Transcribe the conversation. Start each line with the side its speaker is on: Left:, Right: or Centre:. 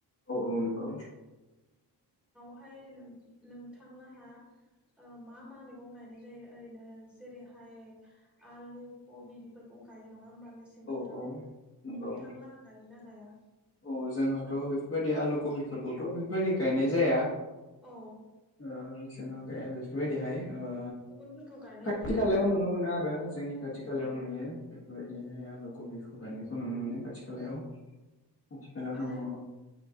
Left: औ औ नोंगौ।
Centre: ओमफ्राय नों-नोंथांलाहा ओ मा मा मैगं गायनाय जायो ओरैनो जेरैहाय आलु कबि बेफोरखौ गायो नङा होमबा? मेसें बोथोराव
Left: औ औ नंगौ
Centre: नोंथां ला गायो ना गाया
Left: औ जोंहाथ' बेफोरबायदि आलु कबिफोरखौथ' बेफोरबायदि गायनाय जाया। <inaudible>
Centre: औ
Left: ओ जोंहा गाया बेफोरबायदिहाय ओ
Centre: गुबुनफोरखौ गायनाय
Left: खाथि
Centre: नुयो
Left: खालायाव
Centre: आरोना
Left: नुनो
Centre: नोंथां
Left: मोनो आरो जोंनि खाथि खालायाव
Centre: औ
Left: नुयो बेफोरबायदिहाय आलु कबिखौ गायनायखौ नुनो मोनो। खाथिखालायाव
Centre: औ
Left: आथिखालाव दङ
Centre: आरो
Left: ओ